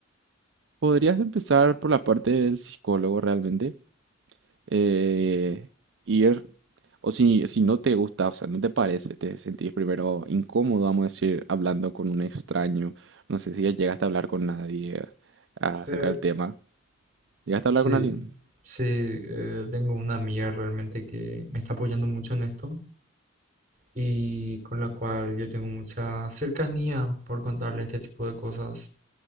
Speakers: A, on the right; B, on the right.
A: Podrías empezar por la parte del psicólogo realmente. eh, ir, o si, si no te gusta, o sea, no te parece, te sentís primero incómodo, vamos a decir, hablando con un extraño. No sé si ya llegaste a hablar con nadie acerca
B: Sí.
A: del tema. Llegaste a hablar
B: Sí,
A: con alguien.
B: sí, eh, tengo una amiga realmente que me está apoyando mucho en esto y con la cual yo tengo mucha cercanía por contarle este tipo de cosas,